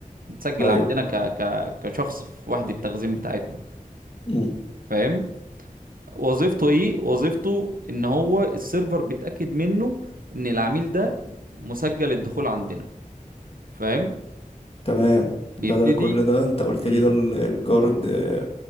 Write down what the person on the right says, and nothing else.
متسجل
عندنا ك ك كشخص في وحدة التخزين بتاعتنا
فاهم وظيفته ايه وظيفته ان هو السيرفر بيتاكد منه ان العميل ده مسجل الدخول عندنا فاهم مم.
بيبتدي
مم.